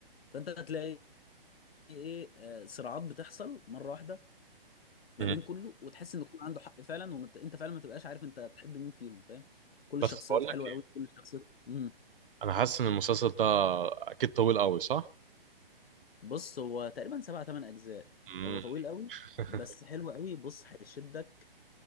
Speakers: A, on the left; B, on the right.
A: فانت هتلاقي ايه آه صراعات بتحصل مره واحده ما
B: امم
A: بين كله وتحس ان كله عنده حق فعلا وانت فعلا ما تبقاش عارف انت تحب مين فيهم فاهم كل الشخصيات
B: بس بقول
A: حلوه
B: لك ايه
A: قوي كل الشخصيات امم
B: انا حاسس ان المسلسل ده اكيد طويل قوي صح
A: بص هو تقريبا سبع ثمان اجزاء
B: امم
A: هو طويل قوي
B: <laughs>
A: بس حلو قوي بص هيشدك